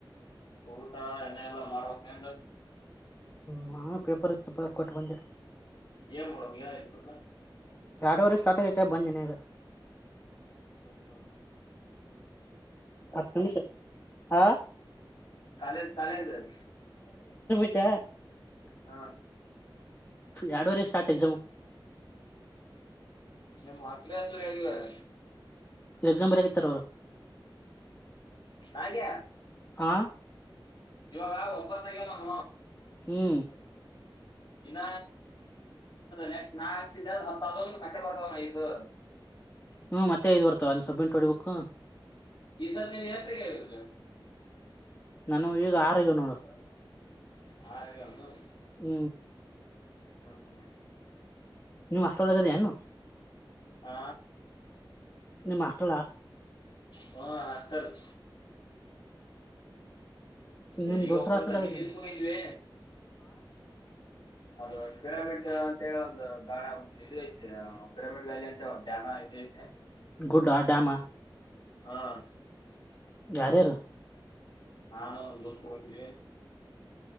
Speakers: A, on the left; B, on the left.
A: ಊಟಾ ಎ ಎಲ್ಲ ಮಾಡಾರ ಕೇ ನ
B: ನ ಪೇಪರ್ ಎತ್ತು ಕೊಟ್ಟ ಬಂದ
A: ಏ ಮಡಂಗ ಏನ ಇರುತ
B: ಎರಡುವರೆ ಸ್ಟಾರ್ಟ್ ಆಗೈತೆ ಬಂದನಗ
A: ಹೌ ಹ
B: ಅತ್ತುಮಷ ಹಾ
A: ಕಾಲೆ ಕಾಲೇದರ್
B: ಕ
A: ಹಾ
B: ಎರಡುವರೆ ಸ್ಟಾರ್ಟ್ ಎಕ್ಸಾಮ್
A: ನಲ ತ ರೆಂಗಾರ
B: ಎಕ್ಸಾಮ್ ಬರಕಿತ್ತಾರ ಅವರು
A: ನಾಗ್ಯ
B: ಹ
A: ಇವಾಗ ಒಂಬತ್ತಕ ಹ
B: ಹ್ಮ್
A: ಇನ್ನ ನೆಕ್ಸ್ಟ್ ನಾ ಹತ್ತ ಮಟ್ಟೆ ಬರ್ತ ಇದು
B: ಹ್ಮ್ ಮತ್ತೆ ಇ್ ಬರ್ತವ ಅಂದ ಸೊಬ್ಬಿಂಟ್ ಹೊಡಿಬೇಕಕ್ು
A: ಈ ಚಲ್ನ್ ಹೆಸ್ತಲ್ಲ
B: ನಾನು ಈಗ ಆರೋಗ್ಯ ನೋಡು
A: <unintelligible>
B: ಹ್ಮ
A: <unintelligible>
B: ನೀವು್ ಅಷ್ಟಲ್ಲಗದ ಏನು
A: ಹಾ
B: ನೀಮ್ ಹಾಸ್ಟೆಲ್ ಅಹಾ
A: ಹ ಹಾಸ್ಟೆಲ್
B: ನಿಮ್
A: ಎಲ್ಲಿಗೆ
B: ದೊಸರ
A: ಹೋಗ್ಲಿಲ್ಲ
B: ಹಾಸ್ಟೆಲ್
A: ನೀನ್ ಎಲ್ಲಿಗೆ ಹೋಗಿದ್ವಿ ಅದು ಪಿರಾಮಿಡ್ ಅಂತ ಹೇಳಿ ಒಂದು ಗಾಣ ಒಂದು ಇದು ಐತೇ ಐತೆ ಪಿರಾಮಿಡ್ ವ್ಯಾಲಿ ಅಂತ ಒ ಧ್ಯಾನ ಇದು ಐತೆ
B: ಗುಡ್ಡಾಡಾಮಾ
A: ಹಾ
B: ಯಾರಾರು
A: ಹಾ ನಾ ದ